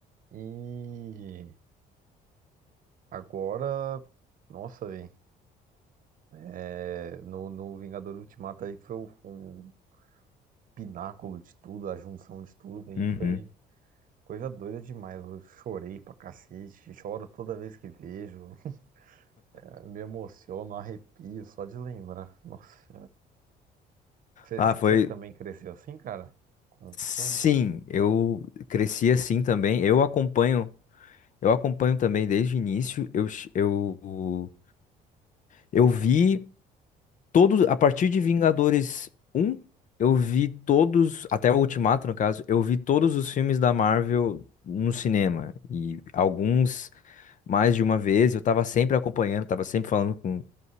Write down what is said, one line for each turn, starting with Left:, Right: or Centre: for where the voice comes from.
Right: E agora, nossa, velho. É, no, no Vingador Ultimato aí que foi o, o pináculo de tudo, a junção de tudo, aí
Left: Uhum.
Right: foi coisa doida demais. Eu chorei pra cacete, choro toda vez que vejo, <laughs> me emociono, arrepio só de lembrar. Nossa, você
Left: Ah, foi.
Right: também cresceu assim, cara? Com o
Left: Sim,
Right: filme?
Left: eu cresci assim também. Eu acompanho, eu acompanho também desde o início. Eu, ch- eu, eu vi todos, a partir de Vingadores um, eu vi todos, até o Ultimato, no caso, eu vi todos os filmes da Marvel no cinema. E alguns mais de uma vez, eu tava sempre acompanhando, tava sempre falando com